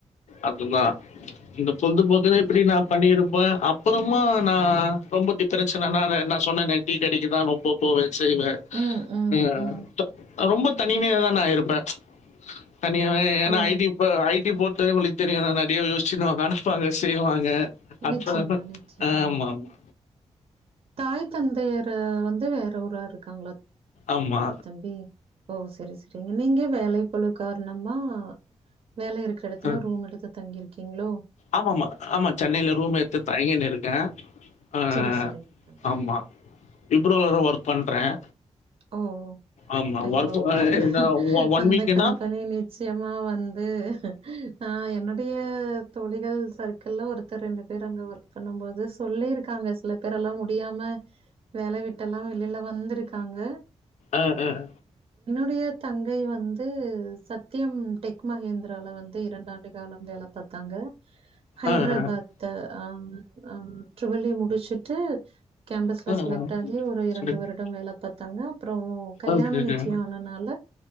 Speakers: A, on the left; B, on the right.
A: அப்டிங்களா சொல்லும் போதே இப்டி நான் பண்ணி அப்ப அப்புறமா நான் ரொம்ப திக்கிரச்சனனா நான் சொன்னேன டீ கடைக்குதான் ரொம்ப போவே செய்வேன்
B: ம், ம்,
A: ஆ
B: ம்.
A: ரொம்ப தனிமையா தான் நான் இருப்பேன் தனியாவே ஏன்னா
B: ஓ!
A: ஐடி ப்ப ஐடி போட்டு நிறையா யோசிச்சுனு உட்கா ப்பாங்க செய்வாங்க அப்பரமா
B: நிச்சயமா, நிச்சயமா.
A: ஆமா ஆமா
B: தாய் தந்தையர வந்து வேற ஊரா இருக்காங்களா
A: ஆமா ஆமா
B: தம்பி ஓ சரி சரிங்க நீங்க வேலை ளோ கார்ணமா அ வேலை இருக்கிற இடத்துல
A: அஹ்
B: ரூம் எடுத்து தங்கியிருக்கீங்ளோ
A: ஆமா ஆமா ஆமா சென்னையில ரூம் எட்து தங்கினு இருக்கே ஆ
B: சரி, சரிங்க தம்பி.
A: ஆமா விப்ரோ பண்றேன்
B: ஓ
A: ஆமா
B: ஐயோ
A: ஒர்க்
B: அந்த
A: ஒன்
B: அந்த
A: வீக்னா
B: கம்பெனி நிச்சயமா வந்து ஆஹ் என்னுடைய தோழிகள் சர்க்கிள்ள ஒருத்தர் ரெண்டு பேர் அங்க ஒர்க் பண்ணும் போது சொல்லிருக்காங்க சில பேர்லாம் முடியாம வேல விட்டெல்லாம் வெளில வந்திருக்காங்க
A: ஆஹ் ஆஹ்
B: டய தங்கை வந்து சத்தியம் டெக் மகேந்திரால வந்து இரண்டாண்டு காலம் வேலை பாத்தாங்க ஹைதராபாத்
A: ஆ ஆ ஆ
B: அஹ் ம் ட்ரிபில் யீ முடிச்சுட்டு கேம்பஸ்ல
A: ஆ
B: செலக்ட் ஆகி ஒரு இரண்டு
A: சொல்லுங்க
B: வருடம் வேலை பாத் தங்க அப்புறம் கல்யாணம்
A: ஓகே ஓகே
B: நிச்சயம் ஆனனால